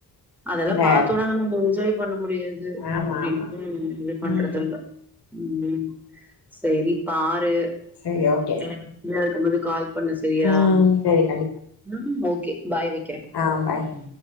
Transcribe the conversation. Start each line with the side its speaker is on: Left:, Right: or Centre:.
Centre: அதெல்லா
Left: இல்ல
Centre: பாத்தோனா நம்ம என்ஜாய் பண்ண முடியாது
Left: ஆமா
Centre: அப்புடின்டு
Left: ஆமா
Centre: இது பண்றதில்லே.
Left: ம்
Centre: உம் செரி பாரு
Left: சரி ஓகே
Centre: எனக் <unintelligible> கால் பண்ணு சரியா
Left: ம் சரி
Centre: ம்ம் ஓகே பாய் வைக்கிறே.
Left: ஆஹ் பாய்
Centre: ம்